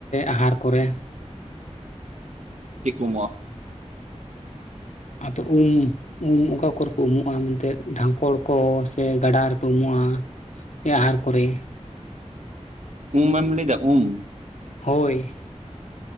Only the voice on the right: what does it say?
ᱥᱤ ᱠᱚ ᱩᱢᱩᱜᱟ᱾
ᱩᱢ ᱵᱮᱱ ᱞᱟᱹᱭᱟᱫᱟ ᱩᱢ᱾